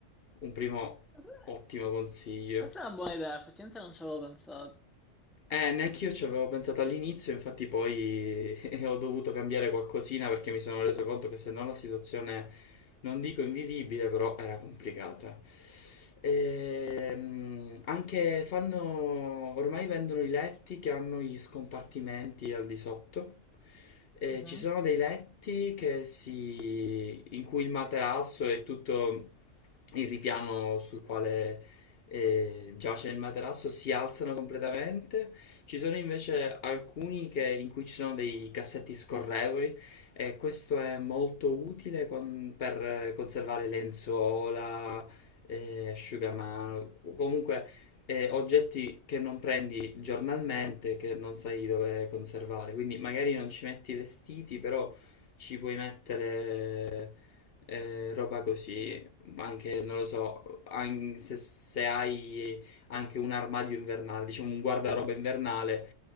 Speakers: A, on the left; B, in the centre.
A: un primo
B: questa
A: ottimo consiglio.
B: questa è una buona idea, effettivamente non ci avevo pensato.
A: Eh, neanche io ci avevo pensato all'inizio, infatti poi <laughs> eh, ho dovuto cambiare qualcosina perché mi sono reso conto che se no la situazione, non dico invivibile, però era complicata. Ehm, anche fanno, ormai vendono i letti che hanno gli scompartimenti al di sotto. E
B: Mhm.
A: ci sono dei letti che si, in cui il materasso è tutto il ripiano sul quale eh, giace il materasso si alzano completamente ci sono invece alcuni che- in cui ci sono dei cassetti scorrevoli e questo è molto utile con- per eh, conservare lenzuola, eh, asciugamano, comunque eh, oggetti che non prendi giornalmente, che non sai dove conservare. Quindi magari non ci metti i vestiti, però ci puoi mettere eh, roba così, anche non lo so, an- se, se hai anche un armadio invernale, diciamo un guardaroba invernale.